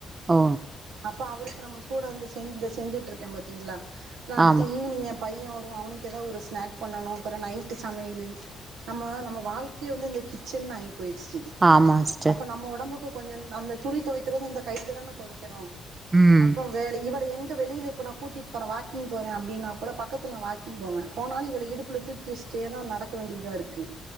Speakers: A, on the right; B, on the right.
A: ஓ
B: அப்போ அவருக்கு நம்ம சூடா வந்து செஞ்ச செஞ்சிட்டுருக்கே பாத்தீங்களா அடுத்து
A: ஆமா
B: ஈவினிங் எப் பையே வருவா அவனுக்கு ஏதாவது ஒரு ஸ்னாக் பண்ணுனு அப்புற நைட்டு் சமையல் நம்ம நம்ம வாழ்க்கயே வந்து இந்த கிச்சன் ஆயிட் பொய்சி
A: ஆமா சிஸ்டர்
B: அப்ப நம்ம ஒடம்புக்கு கொஞ்ச அந்த துணி துவைக் இத்தனைக்கு இந்த கைட்டு தான துவைக் க்கிறோ
A: ம்
B: அப்புற வேல இவள எங் வெளில இப்ப நா கூட்டிட்டு போர வாக்கிங் போறே அப்பின்னா கூட பக்கத்துல வாக்கிங் போவே போனாலு இவள இடுப்புல தூக்கி வச்சி இப்டியேதா நடக்க வேண்டியதா இருக்கு